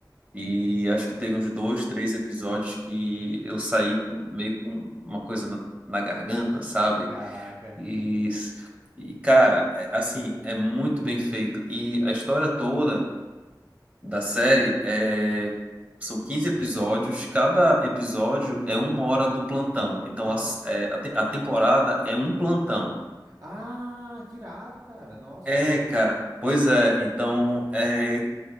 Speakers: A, on the right; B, on the right.
A: E acho que teve uns dois, três episódios que eu saí com- meio com uma coisa na, na garganta, sabe?
B: Caraca.
A: E, e cara, é- assim, é muito bem feito. E a história toda da série é. São 15 episódios, cada episódio é uma hora do plantão. Então
B: Ah.
A: a, é, a, te- a temporada é um plantão.
B: Ah, que irado, cara. Nossa.
A: É, cara, pois é. Então, é.